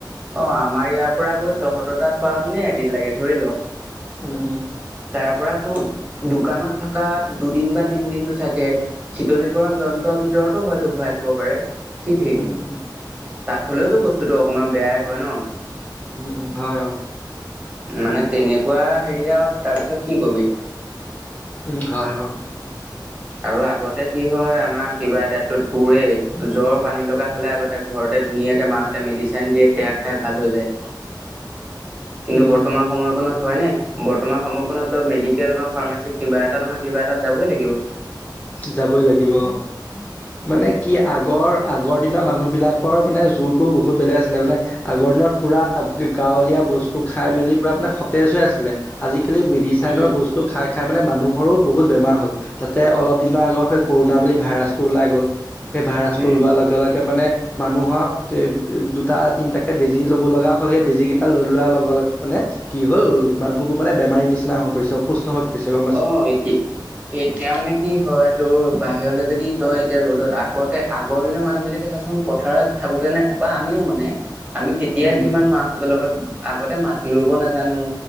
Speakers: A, on the right; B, on the left.
A: অ'! আমাৰ ইয়াৰ পৰা গৈ, তহঁতৰ তাত, পাওঁতেনে এদিন লাগে, ধৰি ল'!
B: উম, উম!
A: তাৰপৰা তোৰ, দোকানত থকা, দুদিন বা তিনদিনটো থাকে। শীতলীকৰণ যন্ত্ৰৰ ভিতৰতো হয়তো, ভৰাইথ''ব পাৰে। কি ঠিক,
B: উম উম
A: তাত হ'লেওতো, বস্তুটো অকমান বেয়াই হয় ন'! <unintelligible>
B: উম হয় অ
A: মানে
B: উম
A: তেনেকুৱা সেৰি আৰু। তাৰপিছত কি ক'বি!
B: উম, হয়, অ'!
A: আৰু আগতে কি হয়, আমাৰ কিবা এটাটো তোৰে, জ্বৰ পানী লগা হ'লে আগতে, ঘৰতে ধুনীয়াকে মাহঁতে মেডিচিন দিয়ে, সেয়া খাই ভাল হৈ যায়। কিন্তু,
B: উম,
A: বৰ্তমান সময়কনত হয়নে? বৰ্তমান সময়কনত ত' মেডিকেল বা ফাৰ্মাচী কিবা এটা নহয় কিবা এটাত যাবই লাগিব।
B: যাবই লাগিব। অ'! মানে কি, আগৰ-আগৰ দিনৰ মানুহ বিলাকৰ মানে, জোৰটো বহুত বেলেগ আছিলে। মানে, আগৰ দিনত পূৰা গাঁৱলীয়া বস্তু খাই-মেলি, পূৰা মানে, সতেজ হৈ আছিলে। আজিকালি, মেডিচাইনৰ
A: উম
B: বস্তু খাই-খাই মানে মানুহৰো বহুত বেমাৰ হ'ল। তাতে, অলপ দিনৰ আগত সেই, কৰোণা বুলি ভাইৰাছটো ওলাই গ'ল। সেই ভাইৰাছটো
A: উম
B: ওলোৱাৰ লগে-লগে মানে, মানুহক, এ, দুটা-তিনটাকে বেজি ল'ব লগা হ'ল। সেই, বেজীকেইটা লৈ লোৱাৰ লগে-লগে মানে, কি হ'ল! মানুহবোৰ মানে, বেমাৰীৰ নিচিনা হৈ পৰিছে, অসু <unintelligible>
A: অ'! এতি এতিয়া মানে, কি হয় তোৰ, বাহিৰলে যদি তই এতিয়া ৰ'দত, আগতে আগৰ দিনৰ মানুহ বিলাকে চাচোন? প পথাৰত থাকোতেনে বা আমিও মানে, আমি তেতিয়াই,
B: উম,
A: কিমান মাহঁতৰ লগত আগতে মাটি ৰোব নাজানোঁ